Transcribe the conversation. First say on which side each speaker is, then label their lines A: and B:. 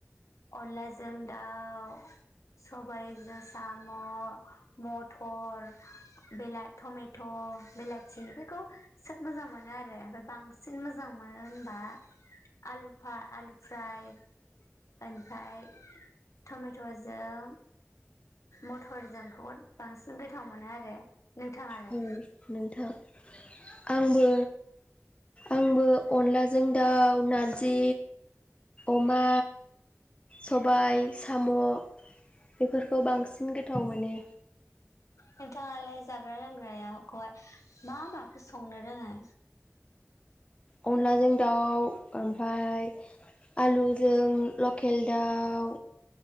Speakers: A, on the left; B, on the left.
A: अनलाजों दाउ सबाइजों साम' मथर‌ बेला टमेट' बिलाथि बेखौ सोब मोजां मोनो आरो ओमफ्राय बांसिन मोजां मोनो होनबा आलु फा आलु फ्राय ओमफ्राय टमेट'जों मथरजोंखौ बांसिन गोथाव मोनो आरो। नोंथाङालाय?
B: औ नोंथां आंबो आंबो अनलाजों दाउ नारजि अमा सबाय साम' बेफोरखौ बांसिन गोथाव मोनो।
A: नोंथाङालाय जाग्रा लोंग्राया खौहाय मा माखौ संनो रोङो?
B: अनलाजों दाउ ओमफ्राय आलुजों लकेल दाउ